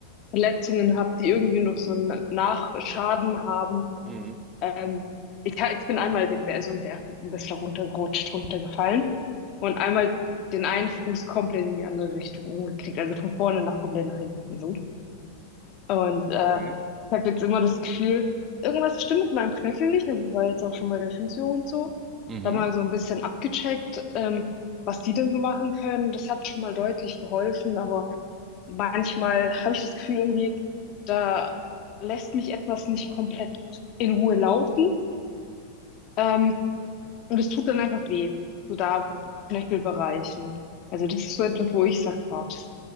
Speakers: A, on the left (about 40°); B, on the right (about 25°).
A: Verletzungen habe, die irgendwie noch so einen Nachschaden haben,
B: Mhm.
A: ähm, ich, ha- ich bin einmal den Ber- so einen Berg ein bisschen runtergerutscht, runtergefallen und
B: Mhm.
A: einmal den einen Fuß komplett in die andere Richtung umgeknickt, also von vorne nach komplett nach hinten so. Und äh,
B: Okay.
A: ich habe jetzt immer das Gefühl, irgendwas stimmt mit meinem Knöchel nicht. Also ich war jetzt auch schon bei der Physio und so.
B: Mhm.
A: Da mal so ein bisschen abgecheckt, ähm, was die denn so machen können. Das hat schon mal deutlich geholfen, aber manchmal habe ich das Gefühl irgendwie, da lässt mich etwas nicht komplett in Ruhe laufen. Ähm, und es tut dann einfach weh, so da Knöchelbereichen. Also das ist so etwas, wo ich sage, oh, das